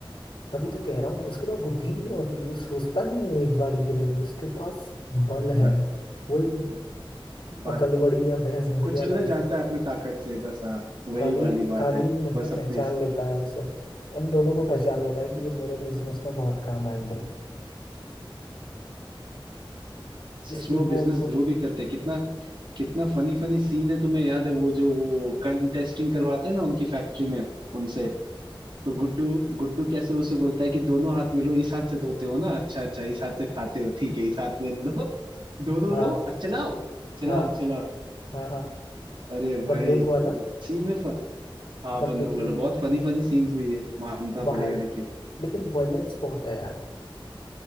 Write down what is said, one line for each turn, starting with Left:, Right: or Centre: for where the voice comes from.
Left: तभी तो कह रहा हूँ उसके पास बुद्धि नहीं होती वो सोचता नहीं है एक बारी के लिए भी उसके पास बल
Right: हिम्मत,
Left: है वही
Right: बस
Left: अकल बड़ी या भैंस बड़ी
Right: कुचलना
Left: वाला ऐसा
Right: जानता है अपने ताकत से बस हाँ वही
Left: कालीन
Right: वाली बात
Left: कालीन
Right: है
Left: भैया
Right: बस अपनी
Left: पहचान लेता है उसे इन दोनों को पहचान लेता है कि ये मेरे बिजनेस में बहुत काम आएंगे इसलिए
Right: सच में वो
Left: वो
Right: बिजनेस
Left: उनको
Right: ग्रो भी करते हैं। कितना कितना फनी फनी सीन है तुम्हें याद है वो जो वो गन टेस्टिंग करवाते हैं ना उनकी फैक्ट्री में उनसे तो गुड्डू गुड्डू कैसे उसे बोलता है कि दोनों हाथ में लो इस हाथ से धोते हो ना अच्छा अच्छा इस हाथ से खाते हो ठीक है इस हाथ में लो दोनों
Left: हाँ
Right: लो और चलाओ चलाओ
Left: हाँ
Right: चलाओ
Left: हाँ हाँ
Right: अरे भाई
Left: बंदूक वाला
Right: सीन में फ... हाँ
Left: बंदूक
Right: बंधु बोलो
Left: की
Right: बहुत फनी फनी सीन्स भी है मानना
Left: बाहर
Right: पड़ेगा लेकिन
Left: लेकिन वायलेंस बहुत है यार